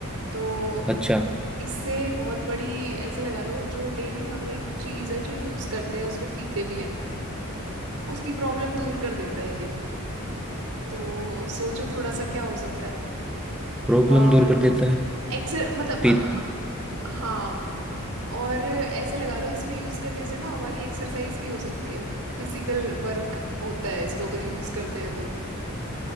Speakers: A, on the right; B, in the centre.
A: तो
B: अच्छा
A: इससे बहुत बड़ी ऐसे लगा लो जो डेली हम एक चीज है जो यूज करते हैं उसको पीते भी हैं उसकी प्रॉब्लम दूर कर देता है ये तो सोचो थोड़ा सा क्या हो सकता है
B: प्रॉब्लम
A: और
B: दूर कर देता है
A: एक्सर मतलब
B: फिर
A: हाँ, हाँ और ऐसे लगा लो इसको यूज करने से ना हमारी एक्सरसाइज भी हो सकती है फिजिकल वर्क होता है इसको अगर यूज करते हैं तो